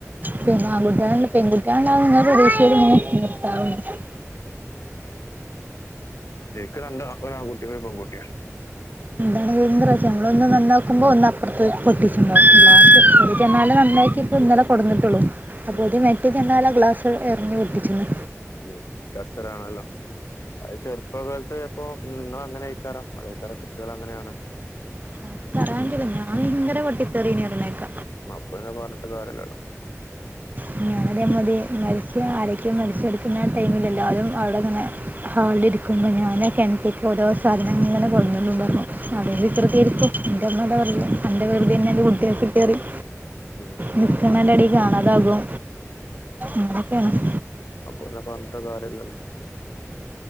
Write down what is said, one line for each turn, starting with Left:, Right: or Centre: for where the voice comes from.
Right: പിന്നെ ആൺകുട്ടിആയോണ്ട് പെൺകുട്ടികളണ്ടാവുന്ന പ്രതീശയിൽ ഇങ്ങനെ നിർത്താതെ പോയി.
Left: എക്ക് രണ്ട് ഒരു ആൺകുട്ടിം ഒരു പെൺകുട്ടിയാ.
Right: എന്താണ് എന്ത്റോച്യാ നമ്മള് ഒന്ന് നന്നാക്കുമ്പോ ഒന്ന് അപ്പുറത്ത് പൊട്ടിച്ചട്ടുണ്ടാവും ഗ്ലാസ്‌
Left: ഉം
Right: ജനാലെ നന്നാക്കി ഇപ്പോ ഇന്നലെ കൊടുന്നിട്ടുള്ളു അപ്പോക്ക്
Left: ഉം
Right: മറ്റ് ജനാല ഗ്ലാസ് എർഞ് പൊട്ടിച്ചിക്ണ്.
Left: ഉം കച്ചറാണല്ലോ അത് ചെറുപ്പകാലത്തെ ഇപ്പൊ നിങ്ങൾ അങ്ങനെ അയിക്കാരം അതയ്കരം കുട്ടികൾ അങ്ങനെയാണ്.
Right: അത് പറയാൻറ്റില്ല ഞാൻ ഭങ്കര പൊട്ടിത്തെറീനീ പറേണേക്ക.
Left: അപ്പൊ പിന്ന പറഞ്ഞിട്ട് കാര്യലാലോ.
Right: മിഞ്ഞാന്ന് ഇതേ മാതി മരിച്ച ആരെക്കും മരിച്ചെടുക്കുന്ന ടൈമിൽ എല്ലാവരും അവിടെ ഇങ്ങനെ ഹാളിൽ ഇരിക്കുമ്പോ ഞാനാ കെൺറ്റിക്ക് ഓരോ സാധനങ്ങനെ കൊട്ന്ന്ണ്ടപ്പൊ അതെ വികൃതിയായിരിക്കും എന്റെ ഉമ്മ അതാ പറിയല് അന്റെ വികൃതി തന്നെ അന്റെ കുട്ട്യാക്ക് കിട്ടിയറിയും
Left: ഉം
Right: നിക്ക്ണേന്റെടീ കാണാതാകും അങ്ങനൊക്കെയാണ്.
Left: അപ്പൊ പിന്ന പറഞ്ഞിട്ട് കാര്യല്ലല്ലോ.